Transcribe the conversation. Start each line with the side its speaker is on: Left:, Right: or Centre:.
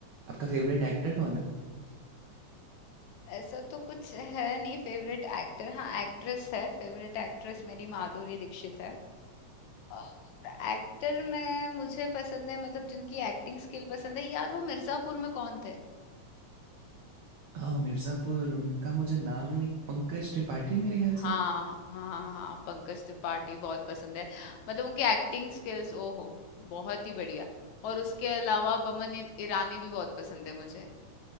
Right: आपका फेवरेट एक्टर कौन है
Left: ऐसा तो कुछ है नहीं फेवरेट एक्टर हाँ एक्ट्रेस है फेवरेट एक्ट्रेस मेरी माधुरी दीक्षित है और एक्टर में मुझे पसंद है मतलब जिनकी एक्टिंग स्किल पसंद है यार वो मिर्जापुर में कौन थे
Right: हाँ मिर्ज़ापुर उनका मुझे नाम नहीं पंकज त्रिपाठी मेरे ख्याल
Left: हाँ,
Right: से
Left: हाँ, हाँ, पंकज त्रिपाठी बहुत पसंद है। मतलब उनकी एक्टिंग स्किल्स ओहो बहुत ही बढ़िया। और उसके अलावा बमन इन- ईरानी भी बहुत पसंद है मुझे।